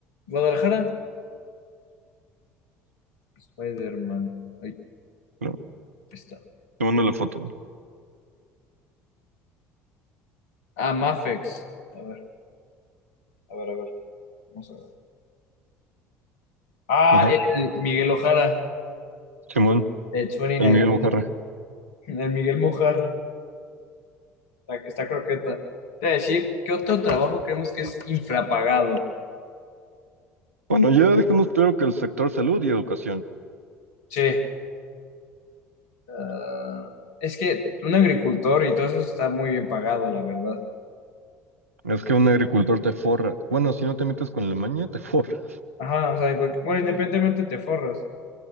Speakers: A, on the left; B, on the right.
A: Guadalajara. Spider-Man. Ahí
B: Pero
A: está.
B: te mando la foto.
A: Ah, Mafex. A ver, a ver, a ver. Vamos a ver. Ah,
B: Ajá.
A: el Miguel Ojara.
B: Simón,
A: El 29.
B: el Miguel Mojarra.
A: El Miguel Mojarra. Está, está croqueta. Te voy a decir, ¿qué otro trabajo creemos que es infrapagado?
B: Bueno, ya dejamos claro que el sector salud y educación.
A: Sí. ah, es que un agricultor y todo eso está muy bien pagado, la verdad.
B: Es que un agricultor te forra. Bueno, si no te metes con la maña, te forra.
A: Ajá, o sea, en cualquier- bueno, independientemente te forras,